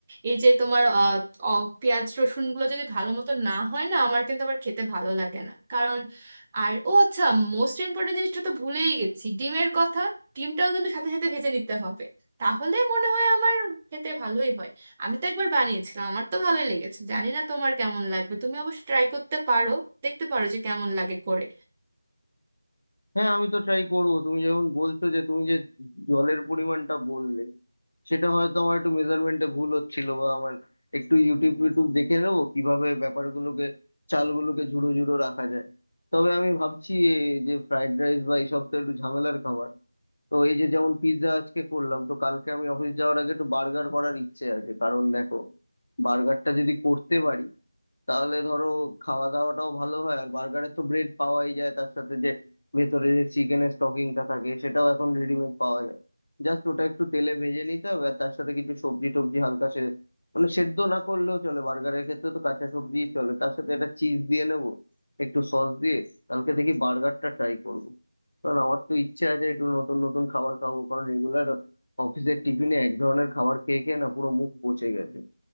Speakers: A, on the right; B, on the left.
A: এই যে তোমার আহ, অ- পেঁয়াজ রসুন গুলো যদি ভালো মতো না হয় না আমার কিন্তু আবার খেতে ভালো লাগে না কারণ আর ও আচ্ছা মোস্ট ইম্পর্টেন্ট জিনিসটা তো ভুলেই গেছি ডিমের কথা ডিমটাও কিন্তু সাথে সাথে ভেজে নিতে হবে তাহলে মনে হয় আমার খেতে ভালোই হয় আমি তো একবার বানিয়েছিলাম আমার তো ভালোই লেগেছে জানি না তোমার কেমন লাগবে তুমি অবশ্য ট্রাই করতে পারো দেখতে পারো যে কেমন লাগে করে
B: হ্যাঁ আমি তো ট্রাই করবো তুমি যখন বলছো যে তুমি যে জলের পরিমাণটা বললে সেটা হয়তো আমার একটু মেজারমেন্টে ভুল হচ্ছিল বা আমার একটু ইউটিউব ইউটিউব দেখে নেবো কিভাবে ব্যাপারগুলোকে চালগুলোকে ঝুড়ো ঝুড়ো রাখা যায় তবে আমি ভাবছি এ যে ফ্রাইড রাইস বা এইসব তো একটু ঝামেলার খাবার তো এই যে যেমন পিৎজা আজকে করলাম তো কালকে আমি অফিস যাওয়ার আগে একটু বার্গার করার ইচ্ছে আছে কারণ দেখো বার্গারটা যদি করতে পারি তাহলে ধরো খাওয়া দাওয়াটাও ভালো হয় আর বার্গারে তো ব্রেড পাওয়াই যায় তার সাথে যে ভেতরে যে চিকেনের স্টকিংটা থাকে সেটাও এখন রেডিমেড পাওয়া যায় জাস্ট ওটা একটু তেলে ভেজে নিতে হবে আর তার সাথে কিছু সবজি টবজি হালকা সে মানে সেদ্ধ না করলেও চলে বার্গারের ক্ষেত্রে তো কাঁচা সবজিই চলে তার সাথে একটা চিজ দিয়ে নেবো একটু সস দিয়ে কালকে দেখি বার্গারটা ট্রাই করবো কারণ আমার তো ইচ্ছে আছে একটু নতুন নতুন খাবার খাবো কারণ রেগুলার অফিসের টিফিনে এক ধরনের খাবার খেয়ে খেয়ে না পুরো মুখ পচে গেছে